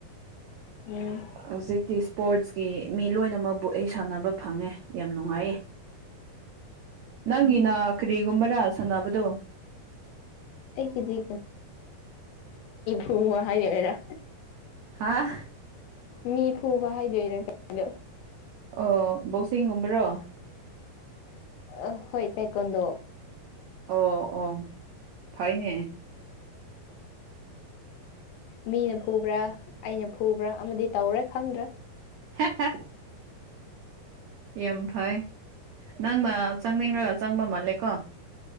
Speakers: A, on the left (about 80°); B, on the right (about 80°).
A: ꯎꯝ
B: ꯍꯧꯖꯤꯛꯇꯤ ꯏꯁꯄꯣꯔꯠꯁꯀꯤ ꯃꯤ ꯂꯣꯏꯅꯃꯛꯕꯨ ꯑꯩ ꯁꯥꯟꯅꯕ ꯐꯪꯉꯦ ꯌꯥꯝ ꯅꯨꯡꯉꯥꯏꯌꯦ ꯅꯪꯒꯤꯅ
A: ꯎꯝ
B: ꯀꯔꯤꯒꯨꯝꯕꯔꯥ ꯁꯥꯟꯅꯕꯗꯣ
A: ꯑꯩꯒꯤꯗꯤ ꯍꯨꯕ ꯍꯥꯏꯅꯦꯔ
B: ꯍꯥꯥ
A: ꯃꯤ ꯐꯨꯕ ꯍꯥꯏꯗꯣꯏꯅꯗꯣ
B: ꯑꯣ ꯕꯣꯛꯁꯤꯡꯒꯨꯝꯕ꯭ꯔꯣ
A: ꯑ ꯍꯣꯏ ꯏ ꯇꯥꯏꯀꯣꯟꯗ
B: ꯑꯣ ꯑꯣ ꯐꯩꯅꯦ
A: ꯃꯤꯅ ꯐꯨꯕ꯭ꯔꯥ ꯑꯩꯅ ꯐꯨꯕ꯭ꯔꯥ ꯑꯃꯗꯤ ꯇꯧꯔꯦ ꯈꯪꯗ꯭ꯔꯦ
B: ꯍ ꯌꯥꯝ ꯐꯩ ꯅꯪꯅ ꯆꯪꯅꯤꯡꯂꯒ ꯆꯪꯕ ꯃꯥꯜꯂꯦꯀꯣ